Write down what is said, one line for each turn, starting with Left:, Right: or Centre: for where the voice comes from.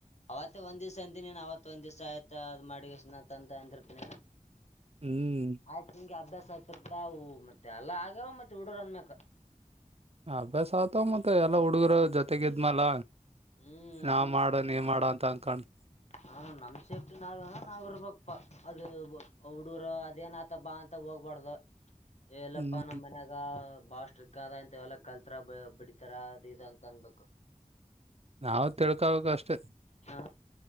Left: ಅವತ್ತೇ ಒಂದ್ ದಿವ್ಸ ಅಂತಿನಿನ ಅವತ್ ಒಂದ ದಿವ್ಸ ಆಯ್ತ ಅದ್ ಮಾಡಿಂತ ಅಂದಿರ್ತನನ
Right: ಹ್ಮ್
Left: ಆಯ್ತು ನಿಮ್ಗೆ ಅಭ್ಯಾಸ ತ್ರತಾವು ಮತ್ತೆ ಅಲ್ಲ ಆಗ್ಯಾವ ಮತ್ತೆ ಹಡರ್ ಅನ್ಮಕ್
Right: ಅಭ್ಯಾಸ ಆತವ ಮತ್ ಎಲ್ಲಾ ಹುಡುಗರು ಜೊತೆಗಿದ್ಮಲ
Left: ಹ್ಮ್
Right: ನಾವ್ ಮಾಡು ನೀ ಮಾಡೋ ಅಂತ ಅನ್ಕೊಂಡ
Left: ಹ ನಮ ಸೇಫ್ಟಿ ನಾವನ ನಾವ್ ಇರ್ಬಕ್ಪ್ಪ ಅದು ಹಡರು ಅದೇನ ಆತ ಬಾ ಅಂತ ಹೋಗ್ಬಾರ್ದ ಎಲ್ಲಪ್ಪಾ
Right: ಹ್ಮ್
Left: ನಮ್ಮ್ ಮನ್ಯಾಗ ಭಾಷ ಸ್ಟ್ರಿಕ್ ಆದ ಅಂತವೆಲ್ಲ ಕಲ್ತಾರ ಬಿಡಿತಾರ ಅದು ಇದು ಅಂತ ಅನ್ಬೇಕು
Right: ನಾವ್ ತಿಳ ತಿಳ್ಕೋಬೇಕು ಅಷ್ಟೆ
Left: ಹಾ